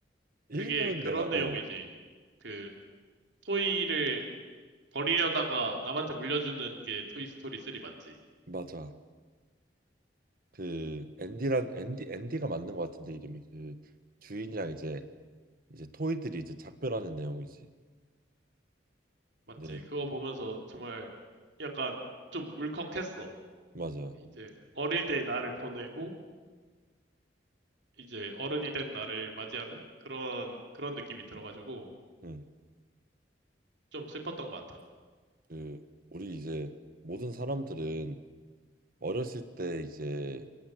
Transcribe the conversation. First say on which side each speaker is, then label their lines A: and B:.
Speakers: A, on the right; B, on the right.
A: 1편은
B: 그게 그런
A: 내가,
B: 내용이지.
A: 어,
B: 그, 토이를 버리려다가 남한테 물려주는 게 토이스토리 3 맞지?
A: 맞아. 그, 앤디란, 앤디, 앤디가 맞는 것 같은데, 이름이. 그, 주인이랑 이제, 이제 토이들이 이제 작별하는 내용이지.
B: 맞지?
A: 네,
B: 그거 보면서 정말 약간 좀 울컥했어.
A: 맞아.
B: 이제 어릴 때 나를 보내고 이제 어른이 된 나를 맞이하는 그런 그런 느낌이 들어가지고
A: 응.
B: 좀 슬펐던 것 같아.
A: 그 우리 이제 모든 사람들은 어렸을 때 이제